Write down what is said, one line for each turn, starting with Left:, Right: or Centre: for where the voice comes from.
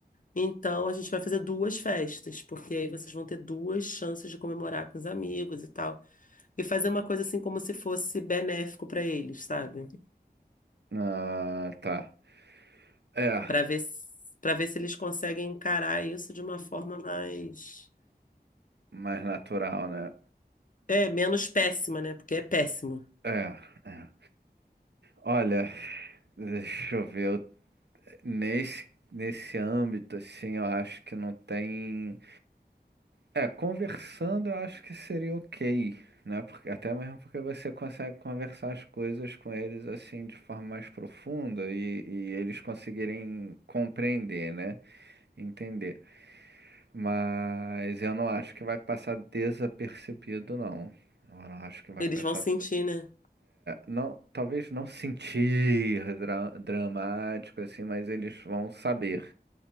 Left: então a gente vai fazer duas festas, porque aí vocês vão ter duas chances de comemorar com os amigos e tal". E fazer uma coisa assim como se fosse benéfico para eles, sabe?
Right: Ah, tá. É,
Left: Para ver, para ver se eles conseguem encarar isso de uma forma mais.
Right: mais natural, né?
Left: É, menos péssima, né? Porque é péssimo.
Right: É. é. Olha, deixa eu ver, eu- nesse, nesse âmbito, assim, eu acho que não tem. É, conversando eu acho que seria ok, né? Porque, até mesmo porque você consegue conversar as coisas com eles, assim, de forma mais profunda e, e eles conseguirem compreender, né? Entender. Mas eu não acho que vai passar desapercebido, não. Eu não acho que vai
Left: Eles
Right: passar
Left: vão sentir, né?
Right: Não, talvez não sentir dra- dramático assim, mas eles vão saber,